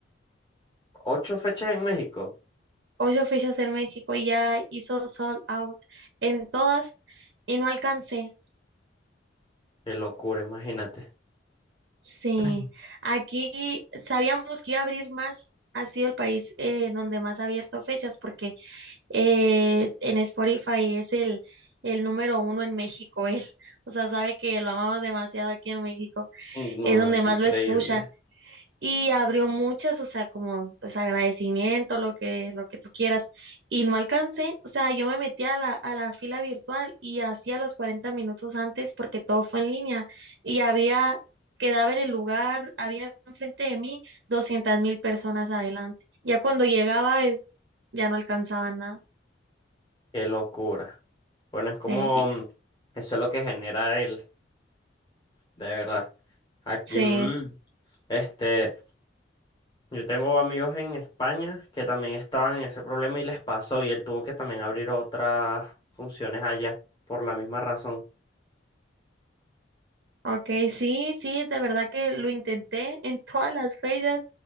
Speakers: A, on the left; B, on the right.
A: Ocho fechas en México,
B: Ocho fechas en México y ya hizo sold out en todas y no alcancé.
A: qué locura, imagínate.
B: Sí,
A: <laughs>
B: aquí sabíamos que iba a abrir más, ha sido el país eh, donde más ha abierto fechas, porque eh, en Spotify es el, el número uno en México, él, <laughs> o sea, sabe que lo amamos demasiado aquí en México,
A: No,
B: es donde
A: qué
B: más
A: increíble,
B: lo escuchan, y abrió muchas, o sea, como pues agradecimiento, lo que, lo que tú quieras. Y no alcancé, o sea, yo me metí a la, a la fila virtual y hacía los 40 minutos antes porque todo fue en línea y había, quedaba en el lugar, había enfrente de mí doscientas mil personas adelante. Ya cuando llegaba, eh, ya no alcanzaba nada.
A: qué locura. Bueno, es como,
B: Sí, y-
A: mm, eso es lo que genera él, de verdad. Aquí,
B: sí.
A: mm, este, yo tengo amigos en España que también estaban en ese problema y les pasó y él tuvo que también abrir otras funciones allá por la misma razón.
B: Ok, sí, sí, de verdad que lo intenté en todas las fechas.